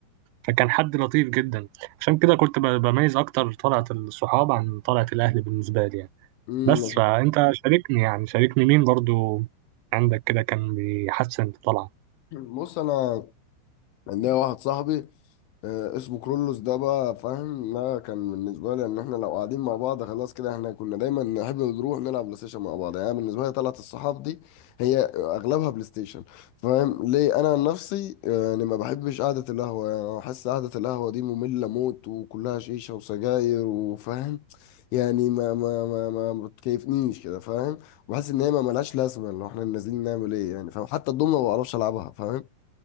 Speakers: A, on the right; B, on the left.
A: فكان حد لطيف جدا عشان كده كنت ب- بميز اكتر طلعة الصحاب عن طلعة الاهل بالنسبة لي يعني
B: امم
A: بس فانت شاركني يعني شاركني مين برضو عندك كده كان بيحسن الطلعة
B: بص انا عندنا واحد صاحبي آه، اسمه كرولوس ده بقى فاهم ده كان بالنسبة لي ان احنا لو قاعدين مع بعض خلاص كده احنا كنا دايما نحب نروح نلعب بلاي ستيشن مع بعض يعني بالنسبة لي طلعت الصحاب دي هي اغلبها بلاي ستيشن فاهم ليه انا عن نفسي آه، يعني ما بحبش قعدة القهوة يعني أنا بحس قعدة القهوة دي مملة موت وكلها شيشة وسجاير وفاهم يعني ما ما ما ما ما بتكيفنيش كده فاهم بحس ان هي ما ملهاش لازمة ان احنا نازلين نعمل ايه يعني فاهم حتى الضمنة ما بعرفش العبها فاهم